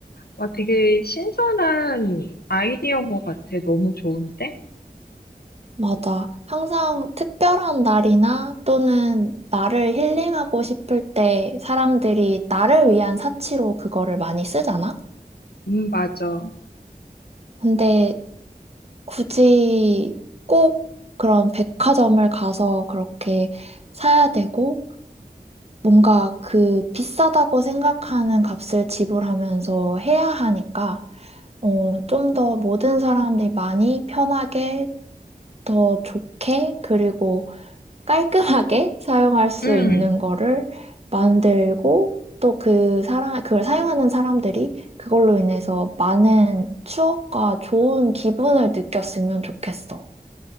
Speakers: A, on the left; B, on the right.
A: 와, 되게 신선한 아이디어인 것 같아. 너무 좋은데?
B: 맞아. 항상 특별한 날이나 또는 나를 힐링하고 싶을 때 사람들이 나를 위한 사치로 그거를 많이 쓰잖아?
A: 음, 맞아.
B: 근데 굳이 꼭 그런 백화점을 가서 그렇게 사야 되고, 뭔가 그 비싸다고 생각하는 값을 지불하면서 해야 하니까, 어, 좀 더 모든 사람들이 많이 편하게, 더 좋게, 그리고 깔끔하게 <laughs> 사용할 수
A: 음,
B: 있는 거를 만들고, 또 그 사람, 그걸 사용하는 사람들이 그걸로 인해서 많은 추억과 좋은 기분을 느꼈으면 좋겠어.